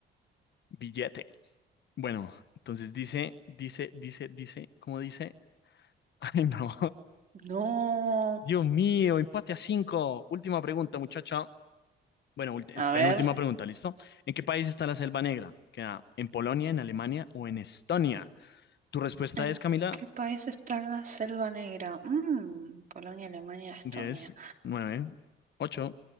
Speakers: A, on the left; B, on the right.
A: billete. Bueno, entonces dice, dice, dice, dice, ¿cómo dice? <laughs> Ay, no,
B: No.
A: Dios mío, empate a cinco. Última pregunta, muchacho. Bueno, ulti- es
B: A
A: penúltima
B: ver.
A: pregunta, ¿listo? ¿En qué país está la Selva Negra? ¿Queda en Polonia, en Alemania o en Estonia? Tu respuesta
B: ¿En
A: es, Camila.
B: qué país está la Selva Negra? Mm, Polonia, Alemania, Estonia.
A: diez nueve ocho